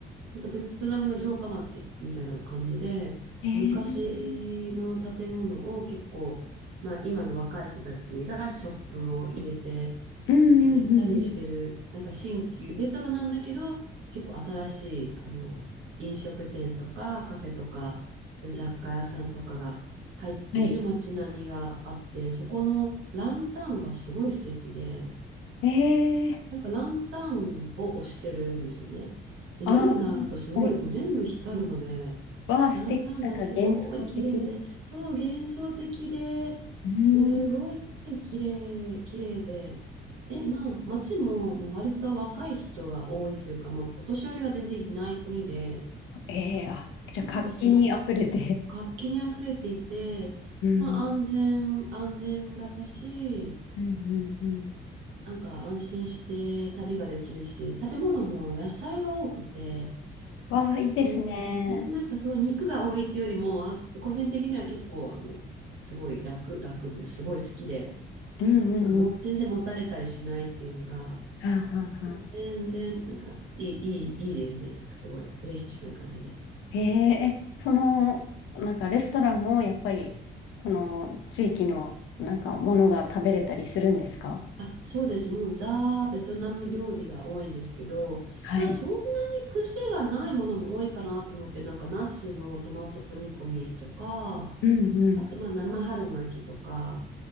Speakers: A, on the right; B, on the left.
A: またベトナムの城下町みたいな感じで、
B: ええ
A: 昔の建物を結構、まあ、今の若い人たちがショップを入れて、
B: うんうんうんうん。
A: 入れたりしてる、なんか新旧、レトロなんだけど、結構新しい、あの、飲食店とかカフェとか、そういう雑貨屋さんとかが入っている街並みがあって、
B: はい。
A: そこのランタンがすごい素敵で、
B: ええ
A: なんかランタンを押してるんですよね。で、
B: ああー、
A: 夜になるとすごいもう全部光るので、
B: はい。わあ素敵。
A: ランタンがすごい綺麗で、
B: なんか幻想的な。
A: そう、幻想的で、
B: うん。
A: すごい綺麗、綺麗で、で、まあ、街ももう割と若い人が多いというか、もうお年寄りが全然いない国で、
B: ええあ、じゃあ活気に溢れて。
A: なんだかすごく活気にあふれていて、
B: うん。
A: まあ、安全、安全だし、
B: うんうんうん。
A: なんか安心して旅ができるし、食べ物も野菜が多くて、
B: わあ、いいですね。
A: あの、なんかそう、肉が多いっていうよりも、個人的には結構、あの、すごい楽、楽で、すごい好きで、
B: うんうんうん。
A: なんかもう全然もたれたりしないっていうのが、
B: はあはあはあ。
A: もう全然、なんかいい、いい、いいですね。なんかすごいフレッシュな感じで。
B: へえ、えその、なんかレストランもやっぱり、この地域のなんかものが食べれたりするんですか
A: うんあ、そうです。もうザ・ベトナム料理が多いんですけど、
B: はい。
A: まあそんなに癖がないものも多いかなと思って、なんかナスのトマト煮込みとか、
B: うんうん。
A: あと、まあ、生春巻きとか、